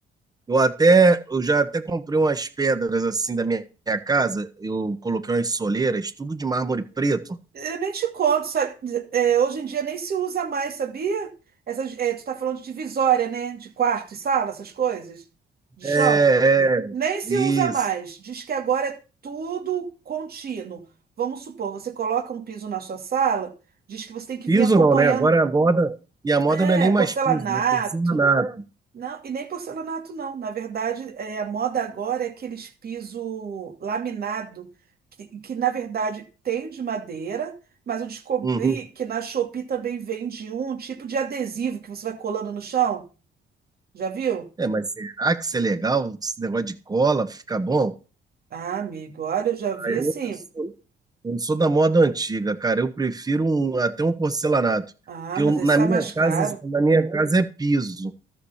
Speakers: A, on the right; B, on the right.
A: Eu até, eu já até comprei umas pedras assim da minha, minha casa, eu coloquei umas soleiras, tudo de mármore preto.
B: Eu nem te conto, sabe? É, hoje em dia nem se usa mais, sabia? Essas, é, tu tá falando de divisória, né? De quarto e sala, essas coisas, de
A: É,
B: chão.
A: é,
B: Nem se
A: isso.
B: usa mais. Diz que agora é tudo contínuo. Vamos supor, você coloca um piso na sua sala, diz que você tem que
A: Piso
B: vir acompanhando,
A: não, né? Agora a moda, e a moda
B: é,
A: não é nem mais
B: porcelanato,
A: piso, é porcelanato.
B: não, e nem porcelanato, não. Na verdade, é, a moda agora é aqueles piso laminado, que, que na verdade tem de madeira, mas eu descobri
A: Uhum.
B: que na Shopee também vende um tipo de adesivo que você vai colando no chão. Já viu?
A: É, mas será que isso é legal? Esse negócio de cola fica bom?
B: Ah, amigo, olha, eu já vi
A: Eu
B: assim.
A: não sou, eu não sou da moda antiga, cara. Eu prefiro um- até um porcelanato.
B: Ah,
A: Porque
B: mas
A: eu-
B: aí
A: na
B: sai
A: minha
B: mais caro.
A: casa, na minha casa é piso.